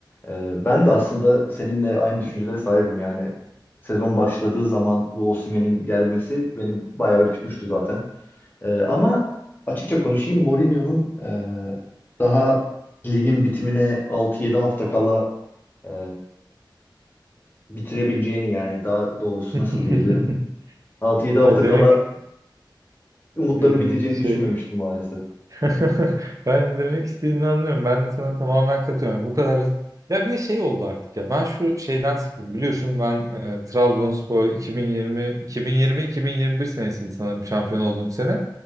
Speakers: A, on the left; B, on the right.
A: E, ben de aslında seninle aynı düşüncelere sahibim yani. Sezon başladığı zaman bu Osimhen'in gelmesi beni bayağı ürkütmüştü zaten. Ee, ama açıkça konuşayım Mourinho'nun e, daha ligin bitimine altı yedi hafta kala e, bitirebileceğini yani daha doğrusu
B: <laughs>
A: nasıl diyebilirim? altı yedi hafta
B: Ya demek
A: kala umutların
B: e,
A: biteceğini
B: şey
A: düşünmemiştim maalesef. <laughs>
B: <laughs> Ben de demek istediğini anlıyorum. Ben de sana tamamen katılıyorum. Bu kadar hızlı. Ya bir de şey oldu artık ya. Ben şu şeyden sıkıldım. Biliyorsun ben e, Trabzonspor 2020 2020 2021 senesiydi sanırım şampiyon olduğum sene.